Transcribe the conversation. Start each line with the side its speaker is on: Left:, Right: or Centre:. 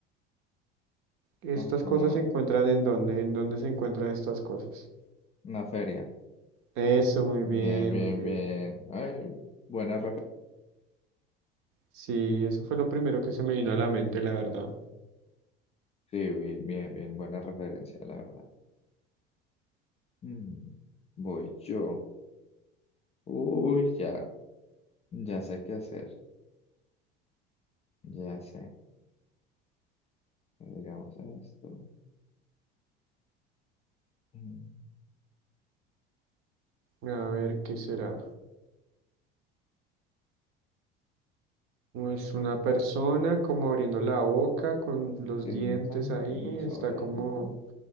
Right: Estas
Left: ajá,
Right: cosas se encuentran en dónde, en dónde se encuentran estas cosas.
Left: Una feria.
Right: Eso, muy
Left: Bien,
Right: bien,
Left: bien,
Right: muy bien.
Left: bien. Ay, buena referencia.
Right: Sí, eso fue lo primero que se me vino a la mente, la verdad.
Left: Sí, bi- bien, bien, buena referencia, la verdad. Mm, Voy yo. Uy, ya, ya sé qué hacer. Ya sé. Digamos esto. Mm,
Right: A ver, ¿qué será? Es una persona como abriendo la boca con los
Left: Tiene,
Right: dientes
Left: ajá,
Right: ahí,
Left: unas
Right: está
Left: orejas,
Right: como,
Left: ¿no?